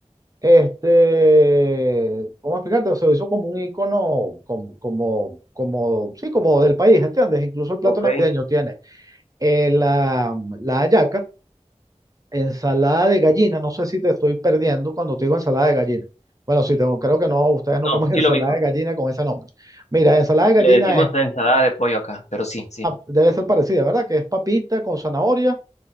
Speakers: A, on the right; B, on the left.
A: este, ¿cómo explicarte? Se hizo como un icono, como, como, como, sí, como del país, ¿entiendes? Incluso el plato
B: ok.
A: navideño tiene. eh, la, la hallaca, ensalada de gallina, no sé si te estoy perdiendo cuando te digo ensalada de gallina. Bueno, sí, tengo, creo que no, ustedes no
B: No,
A: comen
B: sí
A: <laughs> ensalada
B: lo ubico.
A: de gallina con ese nombre. Mira, ensalada de gallina
B: Le decimos
A: es,
B: ensalada de pollo acá, pero sí, sí,
A: debe ser parecida, ¿verdad? Que es papita con zanahoria,